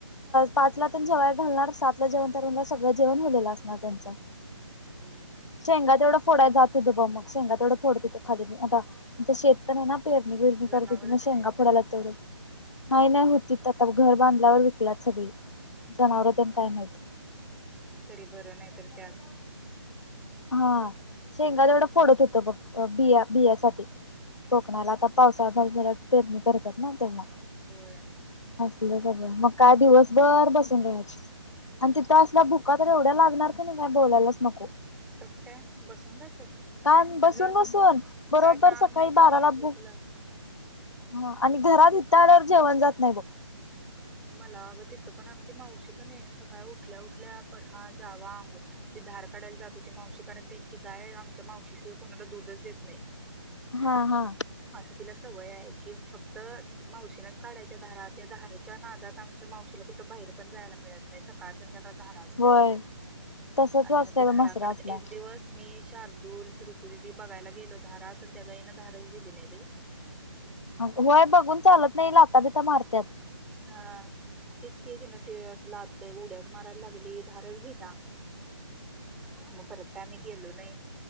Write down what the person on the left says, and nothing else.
पाचला त्यांनी जेवया घालणार सात जेवण तर सगळं जेवण झालेलं असणार त्यांचा
शेंगावढं फोडाला जात होत ब मग शेंगा तेवढं फोडत होत खाली आता शेत नाही ना खूप पेरणी बिरनी
करत होते ना शेंगा
पडायला तेवढं. नाही नाही होती आता घर बांधल्यावर विकला सगळी
जनावर त्यांना काय मिळत.
हा शेंगा तेवढं फोडत होत बघ बिया बियासाठी. कोकणाला आता पावसा झारझरट पेरणी करतात ना तेव्हा.
असलं सगळं मग काय दिवस बर बसून राहायची आणि तिथं असल्या भुका तर एवढ्या लागणार, का नाही ना काय बोलायलाच नको.
कायम बसून
बसून बरोबर
सकाळी
बारा
ला भूक
हा आणि घरात इथं आल्यावर जेवण जात नाही बघ.
हा हा
होय तसच
असतंय
बघ म्हसरा असल्यावर.
होय बघून चालत नाही लाता बिता मारत्यात.